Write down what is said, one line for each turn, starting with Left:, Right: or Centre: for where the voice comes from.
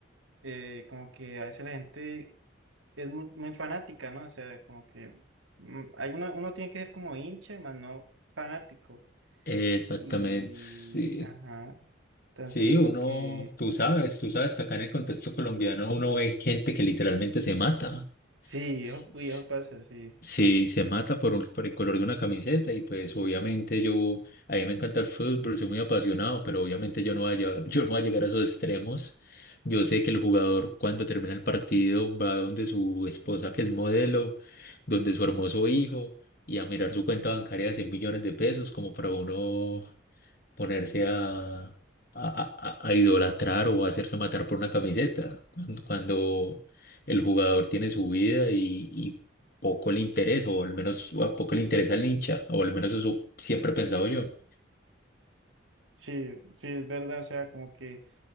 Right: eh, como que a veces la gente es muy, muy fanática, ¿no? O sea, como que mm, hay uno, uno tiene que ser como hincha, más no fanático.
Left: Exactamente,
Right: Y,
Left: sí.
Right: ajá, entonces
Left: Sí,
Right: como
Left: uno,
Right: que,
Left: tú sabes, tú sabes que acá en el contexto colombiano uno ve gente que literalmente se mata.
Right: sí,
Left: S-
Right: eso, uy, eso pasa, sí.
Left: Sí, se mata por un, por el color de una camiseta y pues obviamente yo, a mí me encanta el fútbol, soy muy apasionado, pero obviamente yo no voy a llegar, <laughs> yo no voy a llegar a esos extremos. Yo sé que el jugador cuando termina el partido va donde su esposa que es modelo, donde su hermoso hijo y a mirar su cuenta bancaria de 100 millones de pesos como para uno ponerse a, a, a- a idolatrar o a hacerse matar por una camiseta, cuando, cuando el jugador tiene su vida y, y poco le interesa, o al menos a poco le interesa al hincha, o al menos eso siempre he pensado yo.
Right: Sí, sí, es verdad, o sea, como que